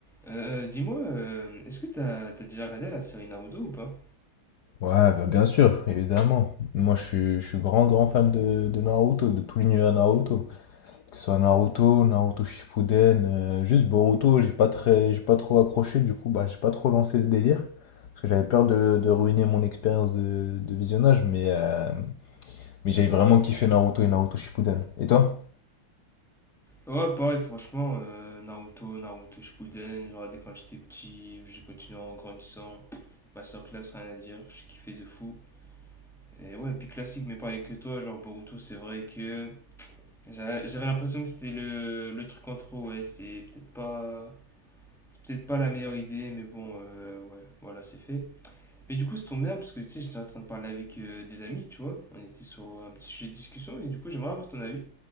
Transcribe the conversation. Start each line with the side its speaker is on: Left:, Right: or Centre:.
Centre: Euh, dis-moi, euh, est-ce que t'as t'as déjà regardé la série Naruto ou pas?
Left: Ouais, bien, bien sûr, évidemment. Moi, je suis, je suis grand, grand fan de, de Naruto, de tout l'univers Naruto. Que ce soit Naruto, Naruto Shippuden, euh, juste Boruto, j'ai pas très, j'ai pas trop accroché, du coup, bah, j'ai pas trop lancé le délire. Parce que j'avais peur de, de ruiner mon expérience de, de visionnage, mais, euh, mais j'ai vraiment kiffé Naruto et Naruto Shippuden. Et toi?
Centre: Ouais, pareil, franchement, euh, Naruto, Naruto Shippuden, j'ai regardé quand j'étais petit, j'ai continué en grandissant. Ma classe rien à dire, j'ai kiffé de fou. Et ouais, puis classique, mais pareil que toi, genre Boruto, c'est vrai que j'a- j'avais l'impression que c'était le, le truc en trop, ouais, c'était peut-être pas, c'est peut-être pas la meilleure idée, mais bon, euh, ouais, voilà, c'est fait. Mais du coup, ça tombe bien, parce que tu sais, j'étais en train de parler avec euh, des amis, tu vois, on était sur un petit sujet de discussion, et du coup, j'aimerais avoir ton avis.